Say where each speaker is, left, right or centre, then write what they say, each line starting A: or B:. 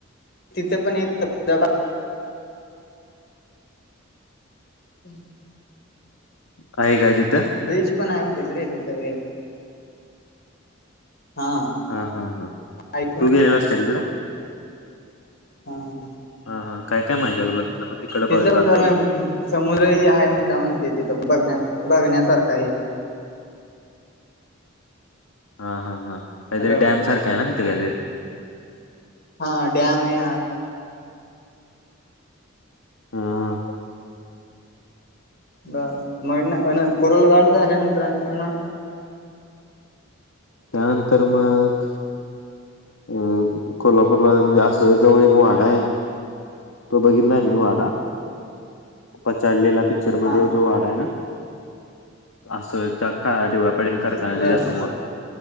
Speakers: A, on the left; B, on the left.
A: तिथ पण एकु <inaudible> <inaudible>
B: आहे काय तिथं?
A: ब्रिज पण आहेे तिथ वे हा
B: हा हा हा
A: ऐकून
B: तू गेलेलास का तिकडे?
A: हा
B: हा हा काय काय माहित आहे तुला तिथलं तिकडे
A: तिथं
B: बघ जाता
A: पण
B: येईल
A: म समुद्र ह आहे मोठा म्हणते तिथं बघण्या बघण्यासारख आहे
B: हा हा हा
A: हॅलो
B: काहीतरी डॅम सारखं आहे ना तिथे काही तरी
A: हा डॅम ये
B: हा हा
A: ब मग कुरलगावची झाल्या नंतर कि मग
B: त्यानंतर मग अ कोल्हापूरला म्हणजे असं जवळ एक वाडा आहे तो बघितलाय मी वाडा पछाडलेला पिक्चर मध्ये
A: हा
B: जो वाडा आहे ना असं <inaudible> पडेल कारखाना
A: बर
B: त्याच्या समोर